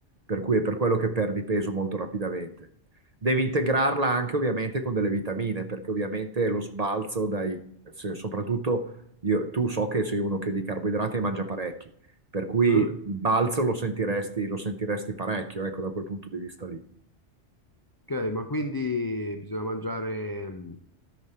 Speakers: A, on the right (about 40°); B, on the left (about 25°).
A: Per cui è per quello che perdi peso molto rapidamente. Devi integrarla anche ovviamente con delle vitamine, perché ovviamente lo sbalzo dai, se- soprattutto io, tu so che sei uno che di carboidrati ne mangia parecchi, per cui
B: eh,
A: il balzo lo sentiresti, lo sentiresti parecchio, ecco, da quel punto di vista lì.
B: ok, ma quindi bisogna mangiare mh,